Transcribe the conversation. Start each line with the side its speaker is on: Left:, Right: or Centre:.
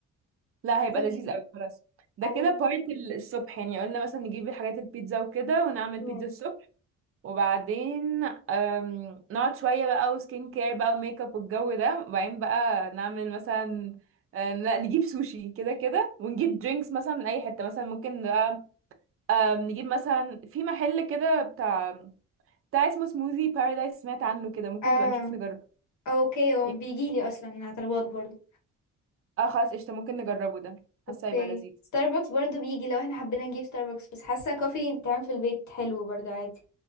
Right: لا هيبقى
Left: عايزه اجيب
Right: لذيذ قوي خلاص ده
Left: عايزه
Right: كده
Left: اجيب ناس
Right: بارت
Left: برضه.
Right: الصبح يعني قلنا مثلا نجيب الحاجات البيتزا وكده ونعمل
Left: مم.
Right: بيتزا الصبح وبعدين أم، نقعد شوية بقى وسكين كير بقى وميك اب والجو ده وبعدين بقى نعمل مثلا أم، لا نجيب سوشي كده كده ونجيب درينكس مثلا من اي حتة مثلا ممكن بقى أم، نجيب مثلا في محل كده بتاع بتاع اسمه سموذي بارادايس سمعت عنه كده ممكن
Left: اه
Right: نبقى نشوف نجربه
Left: اوكي هو
Right: يعني
Left: بيجيلي اصلا من على طلبات برضه
Right: اه خلاص قشطة ممكن نجربه ده حاسة
Left: اوكي
Right: هيبقى لذيذ
Left: ستاربكس برضو بيجي لو احنا حبينا نجيب ستاربكس بس حاسه كوفي بتتعمل في البيت حلو برضو عادي